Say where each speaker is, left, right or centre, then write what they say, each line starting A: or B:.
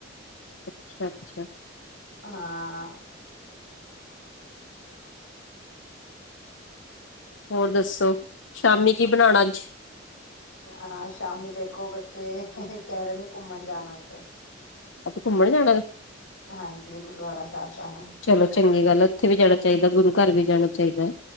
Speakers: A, on the left; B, on the left.
A: ਅੱਛਾ ਅੱਛਾ
B: ਹਾਂ
A: ਹੋਰ ਦੱਸੋ ਸ਼ਾਮੀ ਕੀ ਬਣਾਣਾ ਅੱਜ
B: ਹਾਂ ਸ਼ਾਮੀ ਦੇਖੋ ਬੱਚੇ ਕਹਿ ਰਹੇ ਨੇ ਘੁੰਮਣ ਜਾਣ ਵਾਸਤੇ
A: ਅੱਛਾ ਘੁੰਮਣ ਜਾਣਾ
B: ਹਾਂਜੀ ਗੁਰਦੁਆਰਾ ਸਾਹਿਬ ਜਾਣਾ
A: ਚਲੋ ਚੰਗੀ ਗੱਲ ਆ ਉੱਥੇ ਵੀ ਜਾਣਾ ਚਾਹੀਦਾ ਗੁਰੂ ਘਰ ਵੀ ਜਾਣਾ ਚਾਹੀਦਾ ਹੈ